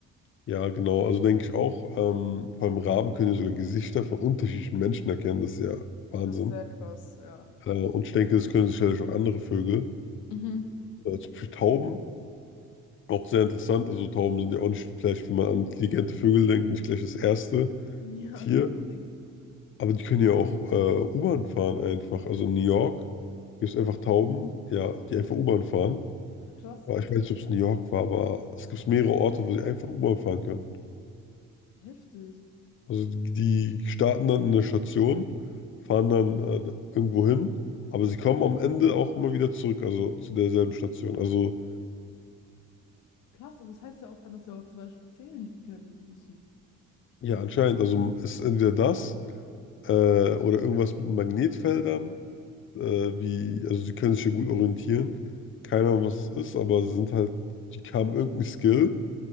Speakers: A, on the left (about 45°); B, on the left (about 80°).
A: Ja, genau. Also denke ich auch, ähm, beim Raben können ja sogar Gesichter von unterschiedlichen Menschen erkennen. Das ist ja Wahnsinn.
B: Das ist sehr krass, ja.
A: Äh, und ich denke, das können sicherlich auch andere Vögel.
B: Mhm.
A: Äh, zum Beispiel Tauben, auch sehr interessant. Also Tauben sind ja auch nicht, vielleicht, wenn man an intelligente Vögel denkt, nicht gleich das erste
B: Ja,
A: Tier.
B: <laughs> nicht unbedingt.
A: Aber die können ja auch äh, U-Bahn fahren einfach. Also in New York gibt es einfach Tauben, ja, die einfach U-Bahn fahren.
B: Ach krass,
A: Aber ich weiß nicht, ob es New York war, aber es gibt mehrere Orte, wo sie einfach U-Bahn fahren können.
B: heftig.
A: Also die die starten dann in der Station, fahren dann äh, irgendwo hin, aber sie kommen am Ende auch immer wieder zurück, also zu derselben Station. Also
B: Krass, aber das heißt ja auch dann, dass sie auch zum Beispiel zählen können müssen.
A: ja, anscheinend, also es ist entweder das äh, oder irgendwas mit Magnetfeldern, äh, wie, also sie können sich ja gut orientieren. Keine Ahnung, was es ist, aber sie sind halt, die haben irgendeinen Skill